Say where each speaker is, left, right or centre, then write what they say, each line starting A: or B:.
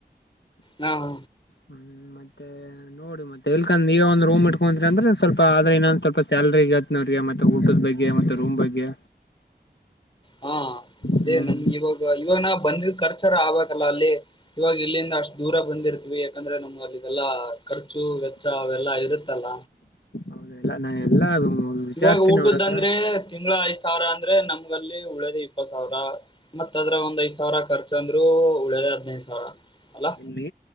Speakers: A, on the left; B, on the left.
A: ಹಾ ಹಾ
B: ಹ್ಮ್ ಮತ್ತೆ ನೋಡು ಮತ್ತೆ ಎಲ್ಕಂದ್ ನೀವೆ ಒಂದ್ ರೂಮ್ ಇಟ್ಕೊಂತಿರ್ ಅಂದ್ರೆ ಸ್ವಲ್ಪ ಆದ್ರೆ ಇನ್ನೊಂದ್ ಸ್ವಲ್ಪ ಸ್ಯಾಲ್ರಿ ಈಗತ್ ನೋಡ್ರಿ ಮತ್ತೆ ಊಟುದ್ ಬಗ್ಗೆ ಮತ್ತೆ ರೂಮ್ ಬಗ್ಗೆ
A: ಹಾ ಅದೇ
B: ಹ್ಮ್
A: ನಮ್ ಇವಾಗ ಇವಾಗನ ಬಂದಿದ್ ಕರ್ಚರ ಆಗ್ಬೇಕಲ್ಲ ಅಲ್ಲಿ ಇವಾಗ ಇಲ್ಲಿಂದ ಅಷ್ಟ್ ದೂರ ಬಂದಿರ್ತೀವಿ ಯಾಕಂದ್ರೆ ನಮ್ಗೆ ಅಲ್ಲಿದೆಲ್ಲಾ ಖರ್ಚು ವೆಚ್ಚ ಅವೆಲ್ಲಾ ಇರುತ್ತಲ್ಲ
B: ಹೌದ ಎಲ್ಲ ನಾ ಎಲ್ಲಾ ವಿಚಾರ್ಸ್ತೀನಿ
A: ಇವಾಗ್ ಊಟುದ್ದಂದ್ರೆ
B: ಅವ್ರ ಹತ್ರ
A: ತಿಂಗ್ಳ ಐದ್ ಸಾವ್ರ ಅಂದ್ರೆ ನಮ್ಗಲ್ಲಿ ಉಳ್ಯೋದೆ ಇಪ್ಪತ್ ಸಾವ್ರ ಮತ್ತ್ ಅದ್ರಗ್ ಒಂದ್ ಐದ್ ಸಾವ್ರ ಖರ್ಚಂದ್ರು ಉಳ್ಯೋದೆ ಹದ್ನೈದ್ ಸಾವ್ರ ಅಲ್ಲ
B: ಲಿ